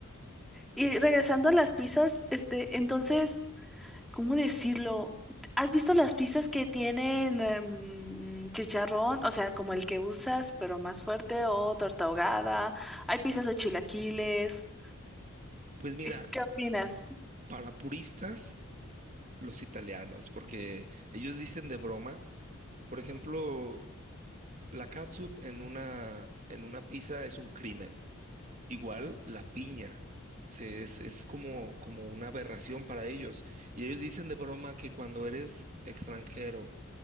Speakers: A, in the centre; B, on the right.
A: y regresando a las pizzas, este, entonces, ¿cómo decirlo? ¿Has visto las pizzas que tienen em, chicharrón? O sea, como el que usas, pero más fuerte, o torta ahogada. Hay pizzas de chilaquiles.
B: pues mira,
A: Eh, ¿Qué opinas?
B: para puristas, los italianos, porque ellos dicen de broma Por ejemplo, la catsup en una, en una pizza es un crimen. Igual la piña. Se- es es como, como una aberración para ellos. Y ellos dicen de broma que cuando eres extranjero